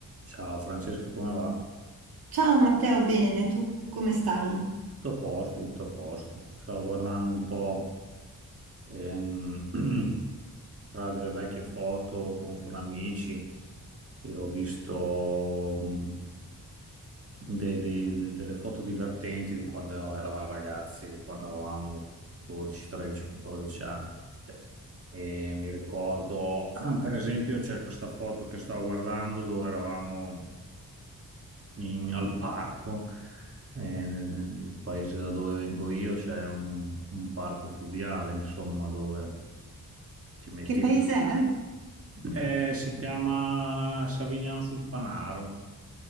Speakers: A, on the right; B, on the right.
A: Ciao Francesca, come va?
B: Ciao Matteo, bene, tu come stai?
A: Tutto a posto, tutto a posto. Stavo guardando un po' ehm, <clears throat> tra delle vecchie foto con, con amici e ho visto mh, dei- dei- de- delle foto divertenti di quando eravamo ragazzi, di quando avevamo 12, 13, 14 anni. E mi ricordo, <clears throat> per esempio, c'è questa foto che stavo guardando dove eravamo. in- al parco, eh, nel, nel paese da dove vengo io c'è un, un parco fluviale, insomma, dove ti metti
B: Che paese
A: lì.
B: è?
A: Eh, si chiama Savignano sul Panaro,